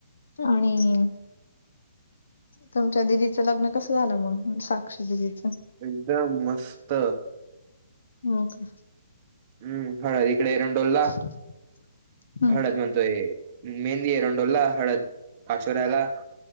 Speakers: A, on the left; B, on the right.
A: आणि तुमच्या दिदीच लग्न कस झाल मग, साक्षी दिदीच.
B: एकदम मस्त.
A: हो का
B: हम्म हळद इकडे येरंडोलला.
A: <inaudible>
B: हळद म्हणतोय. मेहंदी एरंडोलला. हळद पाचोऱ्याला.